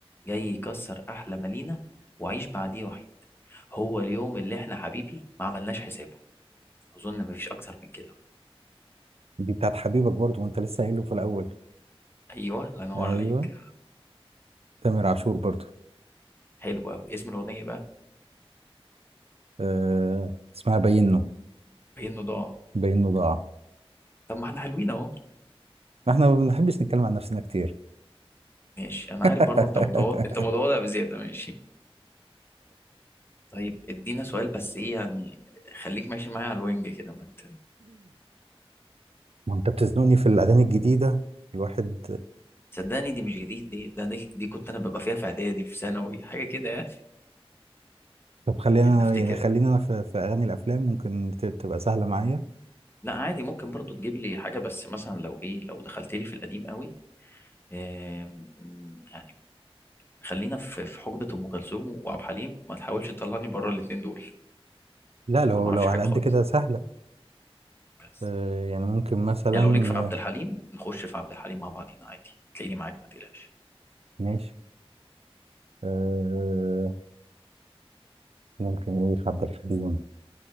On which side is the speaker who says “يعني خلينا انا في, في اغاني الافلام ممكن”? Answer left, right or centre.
Right